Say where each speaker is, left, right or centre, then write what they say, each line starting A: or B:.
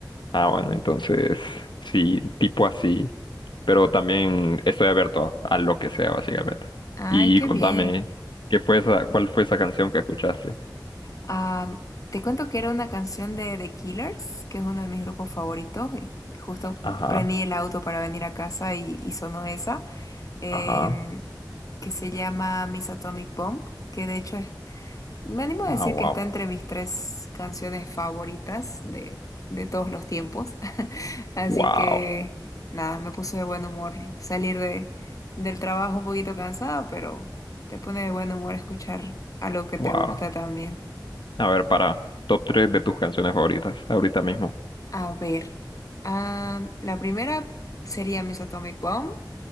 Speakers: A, on the left; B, on the left.
A: Ah, bueno, entonces sí, tipo así. Pero también estoy abierto a lo que sea, básicamente.
B: Ay,
A: Y
B: qué
A: contame,
B: bien.
A: ¿qué fue esa, cuál fue esa canción que escuchaste?
B: Ah, te cuento que era una canción de The Killers, que es uno de mis grupos favoritos. Y justo
A: Ajá,
B: prendí el auto para venir a casa y, y sonó esa, em,
A: ajá.
B: que se llama Miss Atomic Bomb, que de hecho es, me animo a
A: Ah,
B: decir
A: wow.
B: que está entre mis tres canciones favoritas de, de todos los tiempos. Así
A: Wow,
B: que nada, me puso de buen humor salir de, del trabajo un poquito cansada, pero te pone de buen humor escuchar algo que te
A: wow.
B: gusta también.
A: A ver, para top 3 de tus canciones favoritas, ahorita mismo.
B: A ver, ah, la primera sería Miss Atomic Bomb.